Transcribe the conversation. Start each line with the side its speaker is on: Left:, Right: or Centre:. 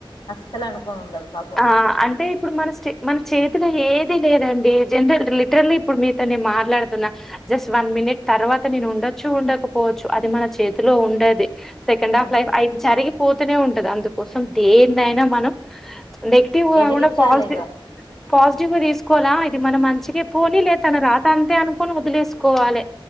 Left: అస్సలు అనుకోని ఉండదు పాపం
Centre: ఆ! అంటే ఇప్పుడు మన స్టే మన చేతిలో ఏది లేదండి జనరల్ లిటరల్లీ ఇప్పుడు మీతో నేను మాట్లాడుతున్నా జస్ట్ వన్ మినిట్ తర్వాత నేను ఉండొచ్చు ఉండకపోవచ్చు అది మన చేతిలో ఉండది సెకండ్
Left: అవును
Centre: ఆఫ్ లైఫ్ అయ్ జరిగిపోతూనే ఉంటది అందుకోసం దేన్నైనా మనం నెగిటివ్ కాకుండా
Left: ఎదిరించాలి
Centre: పాజిటివ్
Left: ఇగ
Centre: పాజిటివ్ గా తీసుకు కోలా ఇది మనం మంచిగే పోని లే తన రాత అంతే అనుకొని వదిలేసుకోవాలె